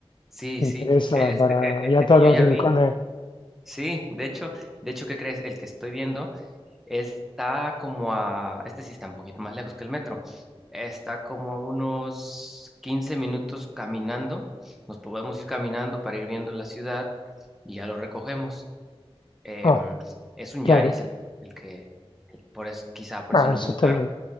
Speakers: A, in the centre; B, on the left.
A: Sí,
B: interesa
A: sí. e-, Este
B: para
A: que, este
B: ir a todos
A: que yo
B: los
A: ya
B: rincones.
A: vi, sí, de hecho, de hecho, ¿qué crees? El que estoy viendo. Está como a, este sí está un poquito más lejos que el metro. Está como a unos 15 minutos caminando. Nos podemos ir caminando para ir viendo la ciudad y ya lo recogemos. Em,
B: Ah,
A: es un
B: claro,
A: Yaris el, el que, el- por eso, quizá por
B: Ah,
A: eso no
B: eso
A: es muy
B: está,
A: caro.